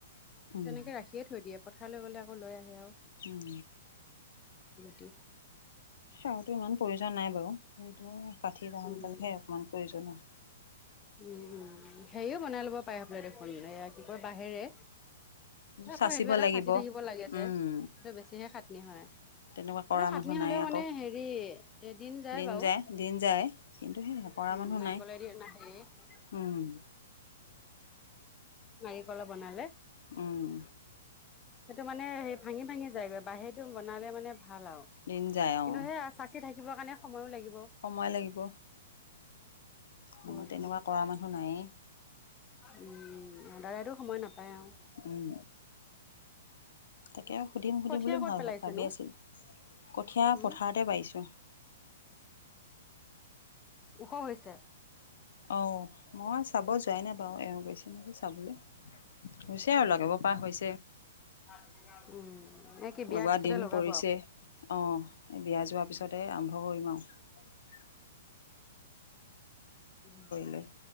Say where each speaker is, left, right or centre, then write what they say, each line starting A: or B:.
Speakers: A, on the left; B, on the left.
A: উম,
B: তেনেকে ৰাখিয়ে থৈ দিয়ে পথাৰলৈ গ'লে আকৌ লৈ আহে আৰু।
A: উম।
B: তি
A: সেয়াটো ইমান প্ৰয়োজন নাই বাৰু। এইটো কাঠি সোনকালে
B: উম
A: সে অকমান প্ৰয়োজন হয়।
B: উম- উম হেৰিও বনাই লব পাৰে হ দেখোন এয়া কি কয় বাহিৰে আকৌ
A: চাচিব
B: সেইটো এটা
A: লাগিব
B: চাচি থাকিব লাগে যে।
A: উম,
B: সেইটো বেছিহে খাটনি হয়।।।
A: তেনেকুৱা কৰা
B: এইটো খাতনি
A: মানুহ নাই
B: হলেও
A: আকৌ
B: মানে হেৰি এদিন যায়
A: দিন
B: বাৰু।
A: দিন যায় কিন্তু সেই কৰা
B: উম <unintelligible>
A: মানুহ
B: নাৰিকলে
A: নাই
B: দি <unintelligible> আহ
A: উম।
B: নাৰিকলৰ বনালে।
A: অঁ
B: সেইটো মানে সেই ভাঙি ভাঙি যায়গৈ বাহিৰতটো বনালে মানে ভাল আৰু
A: দিন যায়
B: কিন্তু
A: অঁ
B: সেই চাচি থাকিবৰ কাৰণে সময়ো লাগিব।
A: সময় লাগিব, সময়
B: বহুতখিনি
A: তেনেকুৱা কৰা মানুহ নায়েই।
B: উম সদায়টো সময় নাপায়। আৰু
A: উম তাকে সুধিম সুধিম
B: কঠীয়া
A: বুলি
B: ক'ত
A: ভ
B: পেলাইছেনো
A: ভাবি আছিলোঁ। কঠীয়া
B: উম,
A: পথাৰতে পাৰিছোঁ।
B: ওখ হৈছে
A: অঁ মই চাব যোৱাই নাই বাৰু এওঁ গৈছে নেকি চাবলৈ
B: উম
A: হৈছে আৰু
B: উম
A: লগাব পৰা
B: উম
A: হৈছে
B: পথাৰ দিবিনা বুজিজে উম এই কি বিয়াৰ
A: লগোৱা
B: পিছতে
A: দিন
B: লগাব
A: পৰিছে
B: আৰু
A: অ বিয়া যোৱাৰ পিছতে আৰ আৰম্ভ কৰিম আও
B: উ
A: লৈ